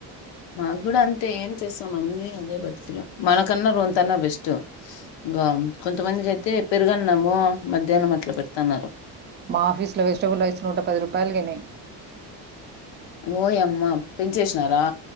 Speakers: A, on the left (about 80°); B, on the right (about 25°).
A: మాకు కూడా అంతే ఏం చేస్తాం అన్నీ అదే బతుకలు మనకన్నా రొంతన్నా బెస్ట్ ఇంకా కొంతమందికయితే పెరుగన్నము మధ్యాహ్నం అట్లా పెడ్తాన్నారు
B: మా ఆఫీస్లో వెజిటబుల్ రైస్ నూట పది రూపాయలు గైనై
A: ఓయమ్మ పెంచేసినారా